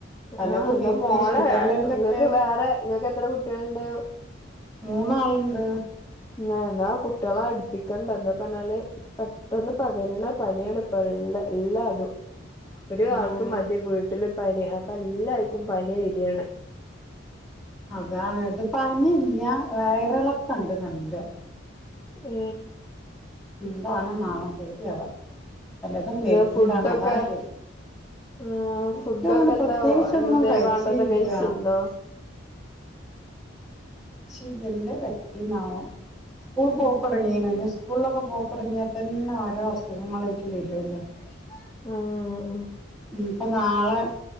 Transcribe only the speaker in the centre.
പലതും
കേക്ണ്
ഈ ശിഖല്ലന്റെക്കെ
മൂന്നാള്ണ്ട്.
ഉം
അതാണ് ഇത് പനില്ലാ.. വയറിളക്കണ്ട് നല്ലോം
എന്താണ്ന്നാവോ... പേഡ്യാവ പലതും കേക്ക്‌
ണ്ടാണ് അതാണ് പേടി
ഫുഡങ്ങനെ
പ്രത്യേകിചൊന്നും
കഴിച്ചീല്യ
ഇതിന്റെ പറ്റിന്നാവും സ്കൂൾ
പോക്കടങ്ങിനാ
ഞ്ഞ് സ്കൂളിലൊക്കെ പോക്കടങ്ങിയാ തന്നെ ഓരോ അസുഖങ്ങളായിട്ട് വരുല്ലോ
ഇ ഇപ്പൊ നാളെ